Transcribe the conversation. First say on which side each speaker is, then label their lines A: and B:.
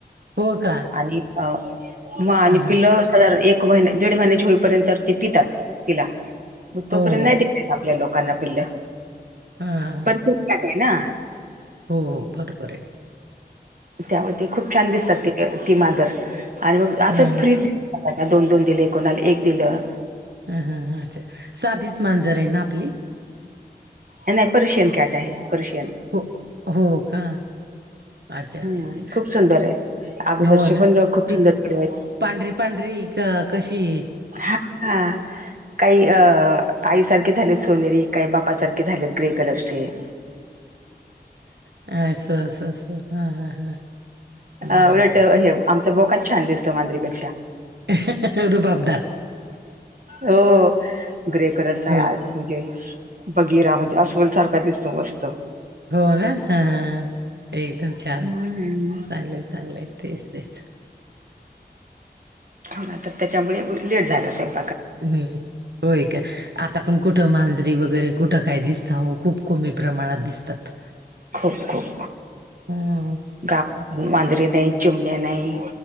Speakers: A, on the right (about 80°); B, on the right (about 50°).
A: हो का
B: आणि मग आणि
A: हा हा
B: पिल साधारण एक महिने दीड महिन्या होईपर्यंत ते पितात तिला. तोपर्यंत
A: हो हो
B: नाय दिसत आपल्या लोकांना पिल्लं.
A: हा हा.
B: पण कुठला काय ना.
A: हो हो बरोबर हाय.
B: त्यामुळे ते खूप छान दिसतात ते ती मांजर आणि मग असंच
A: हां
B: फ्रीज कोणाला दोन दोन दिले कोणाला एक दिलं.
A: हम हम हम अच्छा साधीच मांजर आहे ना आपली.
B: नाय पर्शियन कॅट आहे पर्शियन.
A: हो हो का. अच्छा अच्छा
B: हम्
A: अच्छा
B: खूप सुंदर आहे ती अगोदरचे
A: हो ना
B: पण लोक खूप
A: ती
B: सुंदर ठेवायची.
A: पांढरी पांढरी क कशी हाय.
B: हा हा काही अ आईसारखे झालेत सोनेरी काही बापासारखे झालेत. अ ग्रे कलर्षे <inaudible>
A: असं असं असं हां हां हां
B: हा
A: बरोबर
B: उलट हे आमचा भोकाच छान दिसतो मांजरीपेक्षा.
A: आहे रुबाबदार
B: हो ग्रे कलरचा
A: हो
B: हाय आज बगिरा म्हणजे अस्वल सारखा दिसतो मस्त.
A: हो ना ह एकदम छान
B: हम्म
A: चांगले आहे चांगले आहे तेच तेच.
B: हो ना तर त्याच्यामुळे लेट झालं सगळ.
A: हम्म होय का. आता पण कुठं मांजरी वगैरे कुठं काय दिसता हो खूप कमी प्रमाणात दिसतात.
B: खूप खूप
A: हं.
B: गा मांजरीे नाही चिमण्या नाही.